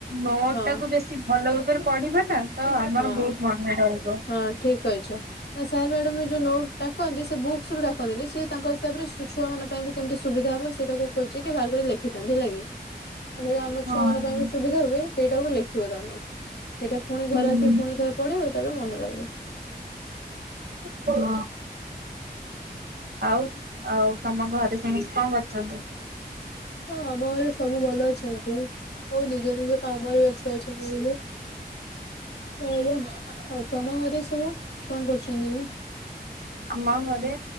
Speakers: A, on the right; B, on the left.
A: ନୋଟ
B: ହଁ
A: ଟାକୁ ବେଶୀ ଭଲ ଭାବରେ ପଢିବା ନା ତ ଆମର
B: ହଁ
A: ବହୁତ ମନ ରହିବ।
B: ହଁ ଠିକ କହିଛ ସାର୍ ମ୍ୟାଡ଼ମ୍ ଏ ଯୋଉ ନୋଟ ଡାକନ୍ତି ସେ ବୁକ୍ସୁ ରୁ ଡାକନ୍ତିିନି ସେ ତାଙ୍କ ହିସାବରେ ଛୁଆ ମାନଙ୍କ ପାଇଁ ବି କେମିତି ସୁବିଧା ହବ ସେଇଟାକୁ ଖୋଜିକି ବାହାର କରି ଲେଖିଥାନ୍ତିଲା ହେଲା କି ହେରା ଆମ୍
A: ହଁ।
B: ଛୁଆ ମାନଙ୍କ ପାଇଁ ବି ସୁ ସୁବିଧା ହୁଏ ସେଇଟାକୁ ଲେଖିବ ତମେ ସେଇଟା ପୁଣି
A: ହୁଁ
B: ଘରେ ଆସିକି ପୁଣି ଥରେ ପଢିବ ତାପରେ ମନେ ରହିବ।
A: ହଁ। ଆଉ ଆଉ ତମ ଘରେ ସମସ୍ତେ କଣ କରୁଛନ୍ତି?
B: ହଁ, ଆମ ଘରେ ସବୁ ଭଲ ଅଛନ୍ତି। ସବୁ ନିଜ ନିଜ କାମରେ ବ୍ୟସ୍ତ ଅଛନ୍ତି। ହଁ ପା ଆଉ ତମ ଘରେ ସବୁ କଣ କରୁଛନ୍ତି ଏବେ?
A: ଆମ ଘରେ